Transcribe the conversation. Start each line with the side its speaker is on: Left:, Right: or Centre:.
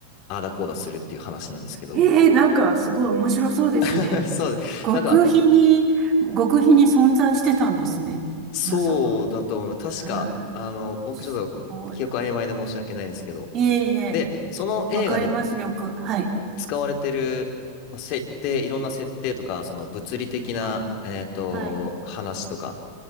Left: ああだこうだするっていう話なんですけど。
Right: ええ、なんかすごい面白そうですね。
Left: <laughs> そうで、
Right: 極秘に、
Left: なんか、
Right: 極秘に存在してたんですね。
Left: そうだと思う。
Right: NASA が。
Left: 確か、
Right: へ
Left: あの、僕ちょっと記憶曖昧で申し訳ないですけど。
Right: えすごい。いえいえ、
Left: で、その映画で
Right: わかります、よく。はい。
Left: 使われてる、まあ、設定、いろんな設定とか、その物理的な、
Right: はい。
Left: えっと、
Right: はい。
Left: 話とか